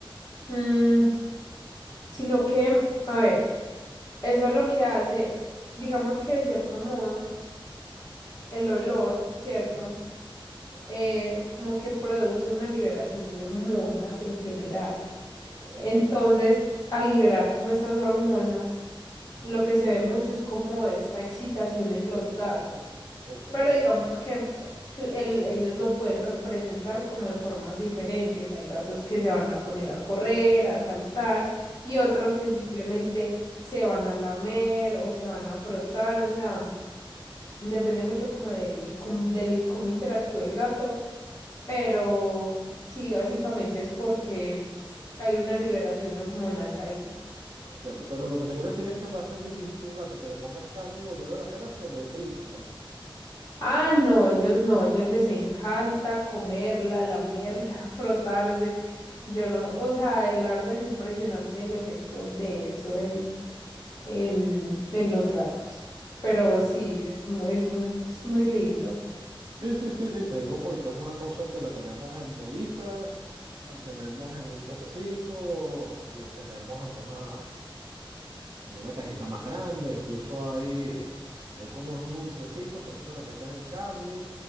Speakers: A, on the left; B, on the right.
A: Mm, sino que, a ver, eso es lo que hace, digamos que de cierto modo, el olor, ¿cierto?
B: Ujú. Ya,
A: eh, como que produce una liberación de hormonas en general.
B: ok,
A: Entonces, al liberar como estas hormonas,
B: mm,
A: lo que se ve mucho es como esta excitación en los gatos.
B: ok,
A: Pero digamos
B: ok,
A: que tú- el- ellos lo pueden representar como de formas diferentes. Hay gatos que se van a poner a correr, a saltar, y otros
B: ya,
A: que simplemente se van a lamer o se van a frotar. O sea, depende mucho como del, com- del cómo interactúa el gato pero sí, básicamente es porque s- hay una liberación hormonal ahí.
B: entiendo. Pero lo que te quiero decir es que va a ser difícil que un gato que le pongas cándido o hierba gatera se deprima, ¿no?
A: Ah, no, ellos no, ellos les encanta comerla, lamerla, <laughs> frotarse. Yo no, o sea, eh, la verdad es impresionante el efecto de eso en, en, en los gatos. Pero
B: Entiendo.
A: sí, es, mu- es, mu- es muy lindo.
B: Sí, sí, sí, sí, te digo porque es una cosa que la tenemos en bolita la tenemos en un potecito, la tenemos en una. una cajita más grande, incluso hay, hay como unos dulcecitos que entonces también tienen candy.